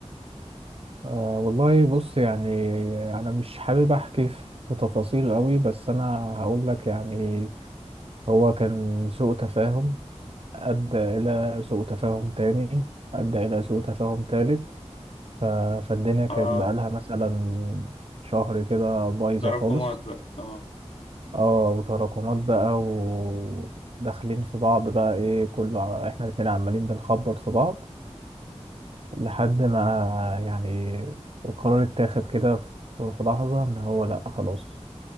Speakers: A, on the right; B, on the left.
A: آه والله بص يعني انا مش حابب احكي في في تفاصيل قوي بس انا هقول لك يعني هو كان سوء تفاهم أدى إلى سوء تفاهم تاني أدى إلى سوء تفاهم تالت ف... فالدنيا كانت
B: اه
A: بقالها مثلا شهر كده بايظة
B: تراكمات
A: خالص
B: بقى اه
A: اه وتراكمات بقى وداخلين في بعض بقى ايه كل ع- احنا الاتنين عمالين بنخبط في بعض لحد ما يعني القرار اتاخد كده في في لحظة ان هو لأ خلاص